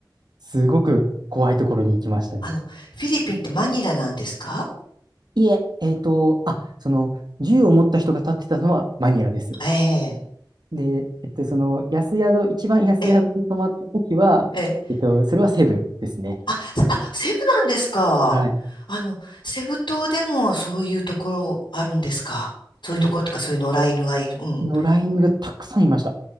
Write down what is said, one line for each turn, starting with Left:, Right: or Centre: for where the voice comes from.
Right: <laughs> すごく怖いところに行きましたね。
Left: あの、フィリピンってマニラなんですか
Right: いえ、えっと、あ、その銃を持った人が立ってたのはマニラです。
Left: ええ、
Right: で、えっと、その安宿、一番安宿に泊まった時は、
Left: ええ、ええ。
Right: えっと、それはセブですね。
Left: あ、あ、セブなんですか。
Right: はい。
Left: あの、セブ島でもそういうところあるんですか。そういうところとか、
Right: け、
Left: そういう野良犬がいる。うん。
Right: のラインがたくさんいました。